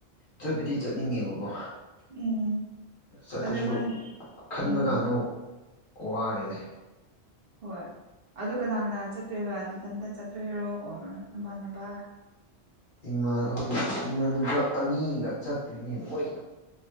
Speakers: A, on the left (about 50°); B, on the right (about 60°).
A: ꯆꯠꯄꯗꯤ ꯆꯠꯅꯤꯡꯉꯦꯕꯀꯣ
B: ꯎꯝ
A: ꯆꯄꯁꯨ
B: ꯑꯗꯣ ꯅꯪ
A: ꯈꯟꯕ
B: ꯎꯝ
A: ꯀꯥꯟꯗ ꯋꯥꯔꯦꯅꯦ
B: ꯍꯣꯏ ꯑꯗꯨ ꯀꯅꯥ ꯀꯅꯥ ꯆꯠꯇꯣꯏꯕ ꯏꯊꯟꯇ ꯆꯠꯇꯣꯏꯔꯣ ꯑꯣꯔ ꯁꯃꯥꯟꯅꯕ
A: ꯏꯃꯥ ꯍꯣꯏ ꯏꯃꯥꯟꯅꯕꯥ ꯑꯅꯤꯒ ꯆꯠꯇꯣꯏꯅꯦ ꯃꯣꯏ